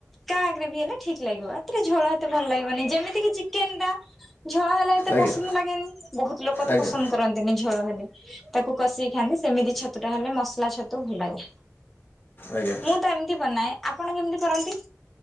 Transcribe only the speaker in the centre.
କା ଗ୍ରେଭି ହେଲା ଠିକ ଲାଗିବ ଏଥିରେ ଝୋଳ ଏତେ ଭଲ ଲାଗିବନି ଯେମିତି କି ଚିକେନ ଟା। ଝୋଳ ହେଲେ ଏତେ
ପସନ୍ଦ ଲାଗେନି ବହୁତ ଲୋକ ତ
ପସନ୍ଦ କରନ୍ତିନି ଝୋଳ ହେଲେ। ତାକୁ କଷେଇ ଖାଆନ୍ତି ସେମିତି ଛତୁ ଟା ହେଲେ ମସଲା ଛତୁ ଭଲ ଲାଗେ।
ମୁଁ ତ ଏମିତି ବନାନ ଆପଣ କେମିତି କରନ୍ତି?